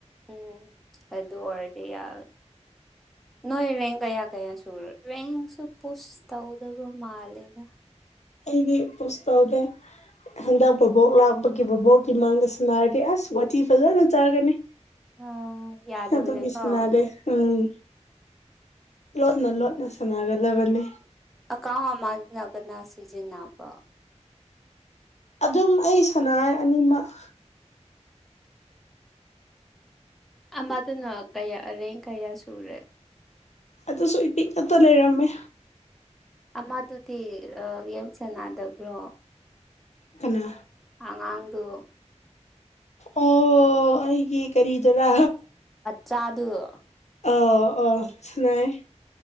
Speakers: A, in the centre; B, on the left.
A: ꯎꯝ ꯑꯗꯨ ꯑꯣꯏꯔꯗꯤ ꯌꯥ
B: <inaudible>
A: ꯅꯣꯏ ꯔꯦꯡ ꯀꯌꯥ ꯀꯌꯥ ꯁꯨꯔ ꯔꯦꯡꯁꯨ ꯄꯨꯁ ꯇꯧꯗꯕ ꯃꯥꯜꯂꯦꯗ
B: ꯑꯩꯗꯤ ꯄꯨꯁ ꯇꯧꯗꯦ ꯑꯁ ꯍꯟꯗꯛ ꯕꯨꯕꯣꯛ ꯂꯥꯛꯄꯒꯤ ꯕꯨꯕꯣꯛꯀꯤ ꯃꯥꯡꯗ ꯁꯥꯟꯅꯔꯗꯤ ꯑꯁ ꯋꯥꯇꯤ ꯐꯖꯅ ꯆꯥꯒꯅꯤ
A: ꯑ ꯌꯥꯗꯕꯅꯦꯀꯣ
B: ꯑꯗꯨꯒꯤ ꯁꯥꯟꯅꯗꯦ ꯎꯝ ꯂꯣꯠꯅ ꯂꯣꯠꯅ ꯁꯅꯒꯗꯕꯅꯤ
A: ꯑꯀꯥꯎꯅ ꯑꯃꯅ ꯀꯅꯥ ꯁꯤꯖꯤꯟꯅꯕ
B: ꯑꯗꯨꯝ ꯑꯩ ꯁꯟꯅꯩ ꯑꯅꯤꯃꯛ
A: ꯑꯃꯗꯨꯅ ꯀꯌꯥ ꯔꯦꯡ ꯀꯌꯥ ꯁꯨꯔꯦ
B: ꯑꯗꯨꯁꯨ ꯏꯄꯤꯛꯉꯛꯇ ꯂꯩꯔꯝꯃꯦ
A: ꯑꯃꯗꯨꯗꯤ ꯑꯥ ꯒꯦꯝ ꯁꯅꯗꯕ꯭ꯔꯣ
B: ꯀꯅꯥ
A: ꯑꯉꯥꯡꯗꯨ
B: ꯑꯣ ꯑꯩꯒꯤ ꯀꯔꯤꯗꯨꯔꯥ
A: ꯆꯥꯗꯨ
B: ꯑꯎ ꯑꯣ ꯁꯥꯅꯩꯌꯦ